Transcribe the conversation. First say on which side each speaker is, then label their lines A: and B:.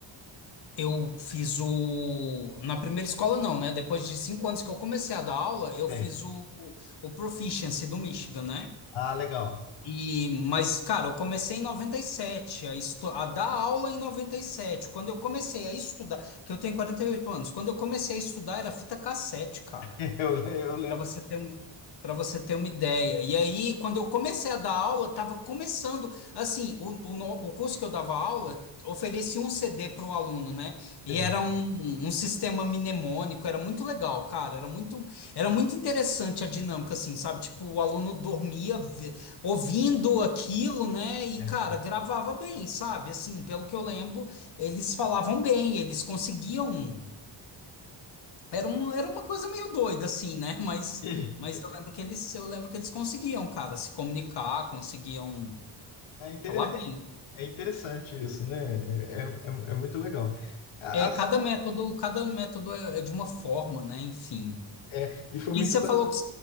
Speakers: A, on the left (about 55°); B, on the left (about 90°).
A: eu fiz o. Na primeira escola, não, né? Depois de cinco anos que eu comecei a dar aula, eu
B: é.
A: fiz o, o, o Proficiency do Michigan, né?
B: Ah, legal.
A: E, mas, cara, eu comecei em 97 a, estu... a dar aula em 97. Quando eu comecei a estudar, que eu tenho 48 anos, quando eu comecei a estudar era fita cassete, cara
B: <laughs> Eu, le- eu lembro.
A: para você ter uma, para você ter uma ideia. E aí, quando eu comecei a dar aula, estava começando, assim, o, o, no- o curso que eu dava aula oferecia um CD para o aluno, né? E
B: É,
A: era um, um sistema mnemônico, era muito legal, cara, era muito, era muito interessante a dinâmica, assim, sabe? Tipo, o aluno dormia ve- ouvindo aquilo, né? E,
B: é.
A: cara, gravava bem, sabe? Assim, pelo que eu lembro, eles falavam bem, eles conseguiam. Era uma, era uma coisa meio doida, assim, né? Mas,
B: E
A: mas eu lembro que eles, eu lembro que eles conseguiam, cara, se comunicar, conseguiam
B: É inter-
A: falar bem.
B: é interessante isso, né? É, é, é muito legal. A-
A: É,
B: as-
A: cada método, cada método é, é de uma forma, né? Enfim.
B: é, e foi
A: E
B: muito.
A: você falou que